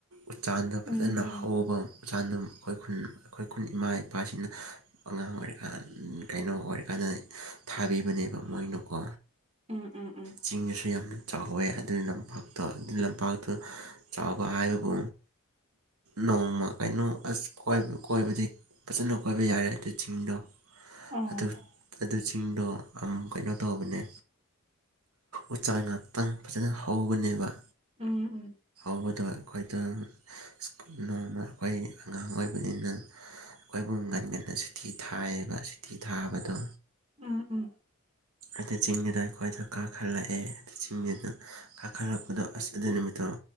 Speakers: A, on the right; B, on the right.
A: ꯎꯆꯥꯟꯗꯣ ꯐꯖꯅ
B: ꯎꯝ ꯎꯝ ꯎꯝ
A: ꯍꯧꯕ ꯃꯩꯆꯥꯟꯗ‌ꯣ ꯑꯩꯈꯣꯏ ꯈꯨꯟ ꯑꯩꯈꯣꯏ ꯈꯨꯟ ꯏꯃꯥ ꯏꯄꯥꯁꯤꯡꯅ ꯑꯉꯥꯡ ꯑꯣꯏꯔꯤꯀꯥꯟ ꯀꯩꯅꯣ ꯑꯣꯏꯔꯀꯥꯟꯗ ꯊꯥꯕꯤꯕꯅꯦꯕ ꯃꯣꯏꯅꯀꯣ
B: ꯎꯝ ꯎꯝ ꯎꯝ ꯎꯝ
A: ꯆꯤꯡꯗꯁꯨ ꯌꯥꯝꯅ ꯆꯥꯎꯋꯦ ꯑꯗꯨꯏ ꯂꯝꯄꯥꯛꯇ‌ꯣ ꯑꯗꯨ ꯂꯝꯄꯥꯛꯇ‌ꯣ ꯆꯥꯎꯕ ꯍꯥꯏꯕꯕꯨ ꯅꯣꯡꯃ ꯀꯩꯅꯣ ꯑꯁ ꯀ‌ꯣꯏꯕ ꯀꯣꯏꯕꯗꯤ ꯐꯖꯅ ꯀꯣꯏꯕ ꯌꯥꯔꯦ ꯑꯗꯨ ꯆꯤꯡꯗꯣ
B: ꯑꯣ
A: ꯑꯗꯨ ꯑꯗꯨ ꯆꯤꯡꯗꯣ ꯑꯃꯨꯛ ꯀꯩꯅꯣ ꯇꯧꯕꯅꯦ ꯎꯆꯥꯟ ꯉꯥꯛꯇꯪ ꯐꯖꯅ ꯍꯧꯕꯅꯦꯕ
B: ꯎꯝ ꯎꯝ
A: ꯍꯧꯕꯗꯣ ꯑꯩꯈꯣꯏꯗ‌ꯣ ꯁ꯭ꯀꯨꯜ ꯅꯣꯡꯃ ꯑꯩꯈꯣꯏ ꯑꯉꯥꯡ ꯑꯣꯏꯕꯅꯤꯅ ꯑꯩꯈꯣꯏ ꯍꯨꯝ ꯉꯟ ꯉꯟꯅ ꯁꯨꯇꯤ ꯊꯥꯏꯌꯦꯕ ꯁꯨꯇꯤ ꯊꯥꯕꯗꯣ
B: ꯎꯝ ꯎꯝ
A: ꯑꯗꯨ ꯆꯤꯡꯗꯨꯗ ꯑꯩꯈꯣꯏꯗ‌ꯣ ꯀꯥꯈꯠꯂꯛꯑꯦ ꯑꯗꯨ ꯆꯤꯡꯗꯨꯗ ꯀꯥꯈꯠꯂꯛꯄꯗꯣ ꯑꯁ ꯑꯗꯨ ꯅꯨꯃꯤꯠꯇꯣ